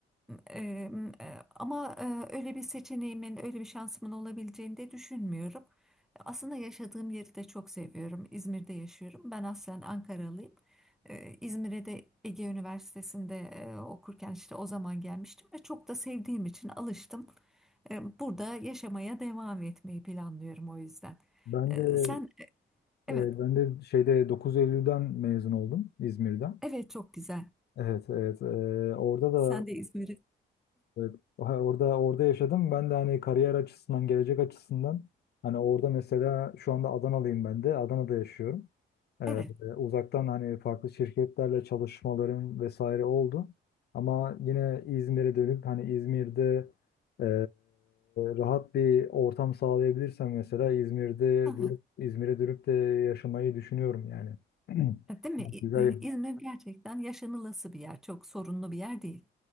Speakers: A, in the centre; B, on the left.
A: Eee, e, ama e, öyle bir seçeneğimin, öyle bir şansımın olabileceğini de düşünmüyorum. Aslında yaşadığım yeri de çok seviyorum. İzmir'de yaşıyorum. Ben aslen Ankaralıyım. Eee, İzmir'e de Ege Üniversitesi'nde e, okurken işte o zaman gelmiştim ve çok da sevdiğim için alıştım. Eee, burada yaşamaya devam etmeyi planlıyorum o yüzden.
B: Ben
A: Eee,
B: de
A: sen evet,
B: e, ben de şeyde 9 Eylül'den mezun oldum İzmir'den.
A: evet çok güzel.
B: Evet, evet. E, orada da
A: Sen de İzmir'i.
B: evet, ha, orada orada yaşadım. Ben de hani kariyer açısından, gelecek açısından hani orada mesela şu anda Adanalıyım ben de. Adana'da yaşıyorum. Ee,
A: Evet.
B: uzaktan hani farklı şirketlerle çalışmalarım vesaire oldu. Ama yine İzmir'e dönüp hani İzmir'de ee, rahat bir ortam sağlayabilirsem mesela İzmir'de
A: <laughs>
B: dönüp İzmir'e dönüp de yaşamayı düşünüyorum yani.
A: Değil
B: <clears throat>
A: mi? İ-
B: Güzel.
A: e, İzmir gerçekten yaşanılası bir yer. Çok sorunlu bir yer değil.